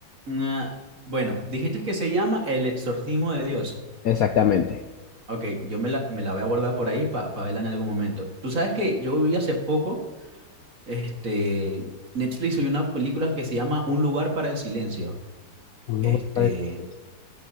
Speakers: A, on the right (about 40°); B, on the left (about 80°).
A: Ah, bueno, dijiste que se llama El Exorcismo de Dios.
B: Exactamente.
A: Ok, yo me la, me la voy a guardar por ahí para verla en algún momento. Tú sabes que yo vi hace poco, este, Netflix subió una película que se llama Un lugar para el silencio.
B: Un
A: Este,
B: lugar para- despedirse.